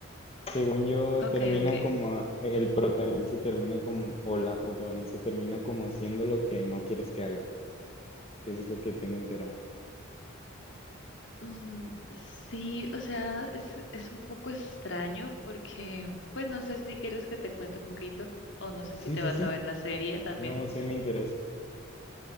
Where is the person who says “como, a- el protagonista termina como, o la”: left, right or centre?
Left